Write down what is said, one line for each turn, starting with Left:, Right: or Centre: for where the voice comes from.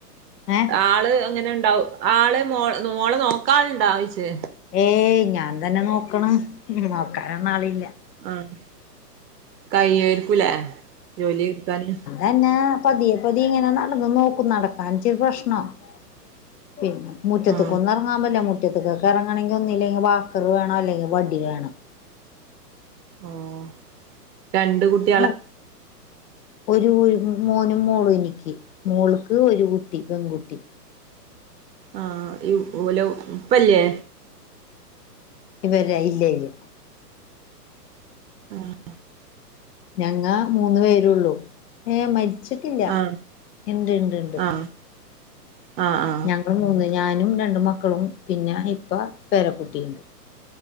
Left: ഏഹ്
Right: ആള് അങ്ങനെണ്ടാവ ആള് മോ മോളെ നോക്കാാനുണ്ടവിച്ച്
Left: ഏയ് ഞാൻ തന്നെ നോക്കണം നോക്കാനൊന്ന ആളില്ല
Right: ആഹ് കൈയക്കൂലേ ജോലി എടുക്കാന്
Left: അന്നെ പതിയെ പതി ഇങ്ങനെ നടന്ന് നോക്കും നടക്കാൻച്ചരി പ്രശ്നം ആ പിന്നെ മുറ്റത്ത്
Right: ആ
Left: കൊന്നിറങ്ങാൻ പല്ലേ മു <unintelligible> ക്കൊക്കെ ഇറങ്ങണമെങ്കിൽന്നില്ലെങ്കിൽ വാക്കർ വേണോ അല്ലെങ്കിൽ വടി വേണം
Right: ഓഹ് രണ്ട് കുട്
Left: ഔ ഒരു ഒരു മോനും മോളും എനിക്ക് മോൾക്ക് ഒരു കുഊട്ടി പെൺകുട്ടി
Right: ആഹ് ഈ ഓല ഉപ്പല്ലേ
Left: ഇവരെ ഇല്ലേ ഇല്ലേ
Right: ആഹ്
Left: ഞങ്ങാ മൂന്ന് പേരുള്ളൂ ഏയ് മരി ച്ചിട്ടില്ല
Right: ആ
Left: ഇണ്ട് ഇണ്ട് ഇണ്ട്
Right: ആ ആ ആ
Left: ഞങ്ങൾ മൂന്ന് ഞാനും രണ്ട മക്കളും പിന്നെ ഇപ്പ പേരക്കുട്ടിയുണ്ട്